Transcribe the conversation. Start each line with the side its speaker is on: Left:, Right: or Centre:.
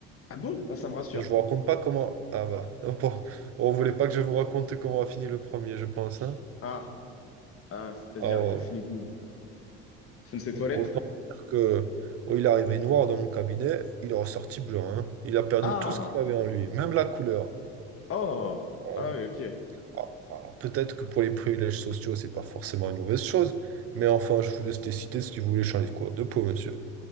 Left: Ah bon? Ah, ça me rassure.
Right: Je vous raconte pas comment. Ah bah, <laughs> bon, on voulait pas que je vous raconte comment a fini le premier, je pense. hein.
Left: Ah, ah, c'est-à-dire,
Right: Alors,
Left: il a fini goût au fond de ses
Right: autant
Left: toilettes?
Right: dire que oh, il est arrivé noir dans mon cabinet, il est ressorti blanc. hein. Il a perdu
Left: Ah,
Right: tout ce qu'il avait en lui, même la couleur.
Left: oh,
Right: Alors,
Left: ah oui, ok.
Right: ah, alors, peut-être que pour les privilèges sociaux, c'est pas forcément une mauvaise chose, mais enfin, je vous laisse décider si vous voulez changer de couleur de peau, monsieur.